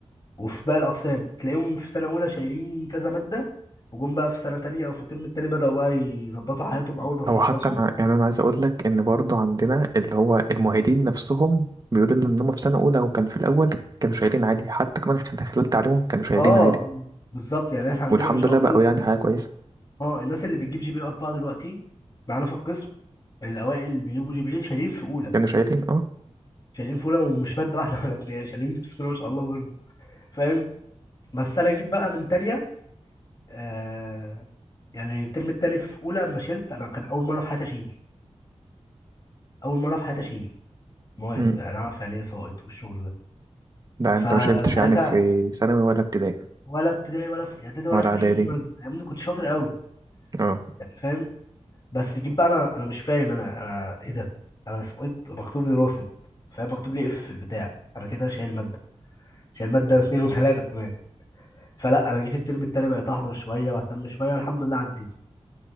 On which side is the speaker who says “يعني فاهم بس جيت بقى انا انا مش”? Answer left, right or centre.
Left